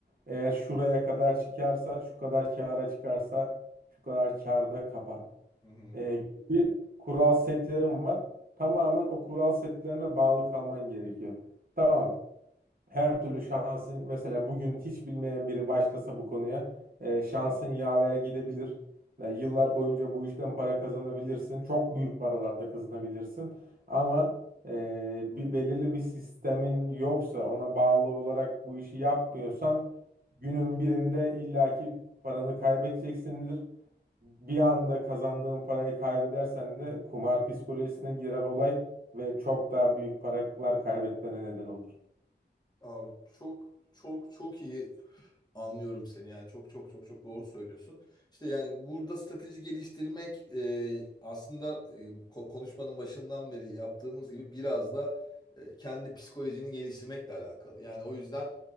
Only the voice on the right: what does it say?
Eğer şuraya kadar çıkarsa, şu kadar kâra çıkarsa, şu kadar kârda kapat.
Ee, gibi kural setlerim var. Tamamen o kural setlerine bağlı kalman gerekiyor. Tamam her türlü şansın mesela bugün hiç bilmeyen biri başlasa bu konuya e, şansın yaver gidebilir. Yani yıllar boyunca bu işten para kazanabilirsin. Çok büyük paralarda kazanabilirsin. Ama e, bir, belirli bir sistemin yoksa ona bağlı olarak bu işi yapmıyorsan günün birinde illaki paranı kaybedeceksindir. Bir anda kazandığın parayı kaybedersen de kumar psikolojisine girer olay ve çok daha büyük paralar kaybetmene neden olur.